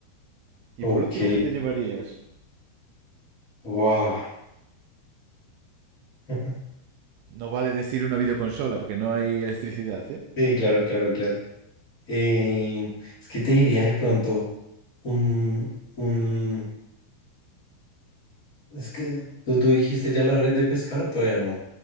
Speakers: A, on the right; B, on the left.
A: Y
B: Ok,
A: por último, ¿qué te llevarías?
B: wow. <laughs>
A: No vale decir una videoconsola porque no hay electricidad, ¿eh?
B: Sí, claro, claro, claro. Eh, es que te diría de pronto un, un, es que tú, tú dijiste ya la red de pescar o todavía no.